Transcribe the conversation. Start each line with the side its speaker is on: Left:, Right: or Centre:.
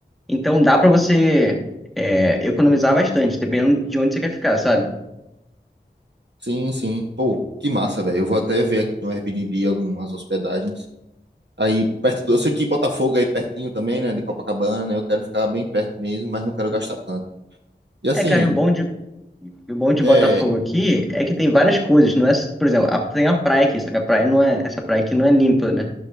Centre: Então dá pra você é, economizar bastante, dependendo de onde você quer ficar, sabe?
Right: Sim, sim. Pô, que massa, velho. Eu vou até ver aqui no Airbnb algumas hospedagens. Aí, perto do... Eu sei que Botafogo é aí pertinho também, né? De Copacabana, né? Eu quero ficar bem perto mesmo, mas não quero gastar tanto. E assim,
Centre: É, cara, e o bom de, e o bom de
Right: é...
Centre: Botafogo aqui é que tem várias coisas, não é, por exemplo, a- tem a praia aqui, só que a praia não é, essa praia aqui não é limpa, né?